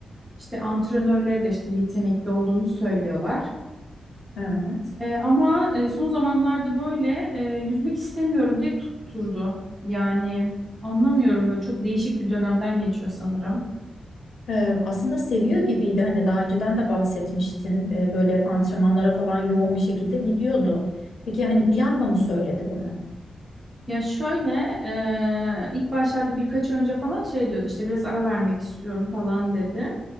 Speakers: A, on the right; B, on the left.
A: İşte antrenörleri de işte yetenekli olduğunu söylüyorlar.
B: Evet.
A: Eee, ama eee, son zamanlarda böyle eee, yüzmek istemiyorum diye tutturdu. Yani anlamıyorum böyle çok değişik bir dönemden geçiyor sanırım.
B: Ee, aslında seviyor gibiydi. Hani daha önceden de bahsetmiştin. Ee, böyle antrenmanlara falan yoğun bir şekilde gidiyordu. Peki hani bir anda mı söyledi bunu?
A: Ya şöyle eee, ilk başlarda birkaç önce falan şey diyordu işte biraz ara vermek istiyorum falan dedi.